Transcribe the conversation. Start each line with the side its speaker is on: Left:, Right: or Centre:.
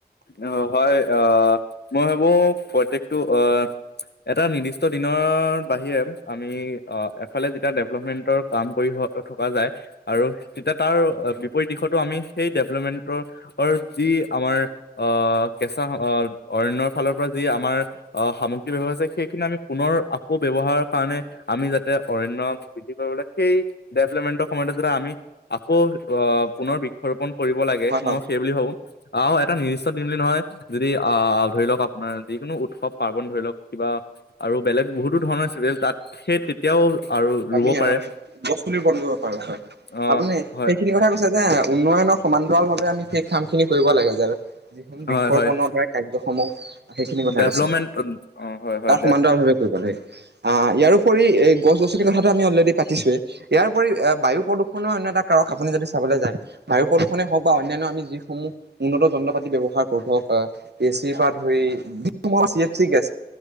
Left: অ', হ'য়, অ' মই ভাবো প্ৰত্যেকটো অ' এটা নিৰ্দিষ্ট দিনৰ বাহিৰে আমি অ এফালে যেতিয়া ডেভেলপমেণ্টৰ কাম কৰি থকা যায় আৰু তেতিয়া তাৰ বিপৰীত দিশতো আমি সেই ডেভলপমেণ্টৰৰ যি আমাৰ অ কেঁচা অৰণ্য ফালৰ পৰা যি আমাৰ অ সামগ্ৰী ব্যৱহাৰ হৈছে। সেইখিনি আমি পুনৰ আকৌ ব্যৱহাৰৰ কাৰণে আমি যাতে অৰণ্য বৃদ্ধি কৰিবলৈ সেই ডেভেলপমেন্টৰ সময়তে যদি আমি আকৌ অ পুনৰ বৃক্ষৰোপণ কৰিব লাগে
Right: হয় হয়।
Left: মই সেই বুলি ভাবো আৰু এটা নি নিৰ্দিষ্ট দিন বুলি নহয় যদি আ ধৰি লওক আপোনাৰ যিকোনো উৎসৱ পাৰ্বন ধৰি লওক কিবা আৰু বেলেগ বহুতো ধৰণৰ <unintelligible> তাত
Right: আমি
Left: সেই তেতিয়াও আৰু ৰুব পাৰে
Right: আৰু গছপুলি ৰোপণ কৰিব পাৰো হয়
Left: অ'
Right: আপুনি
Left: হয়।
Right: সেইখিনি কথা কৈছে যে উন্নয়নৰ সমান্তৰাল ভাৱে আমি সেই কাম খিনি কৰিব লাগে যেনে বৃক্ষৰোপন
Left: হয় হয়
Right: সে কাৰ্যসমূহ সেইখিনি কথা
Left: ডেভলপমেণ্ট
Right: কৈছে
Left: অ' হয় হয়
Right: তাৰ
Left: দে
Right: সমান্তৰাল ভাবে আ ইয়াৰ উপৰি এই গছ গছনিৰ কথাটো আমি অলৰেডি পাতিছোৱেই ইয়াৰ উপৰি এ বায়ু প্ৰদূষণৰ অন্য এটা কাৰক আপুনি যদি চাবলে যায় বায়ু প্ৰদূষণে হওক বা অন্যান্য আমি যিসমূহ উন্নত যন্ত্ৰ পাতি ব্যৱহাৰ কৰোঁ ধৰক আ এ চি পা ধৰি তোম চি এফ চি গেছ